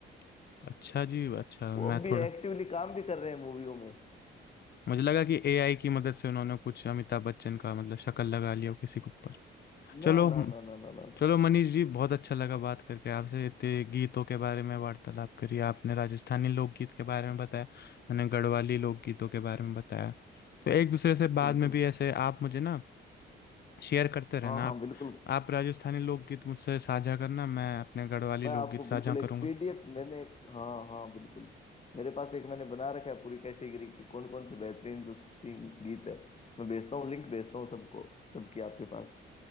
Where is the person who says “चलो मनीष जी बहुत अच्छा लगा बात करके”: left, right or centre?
Left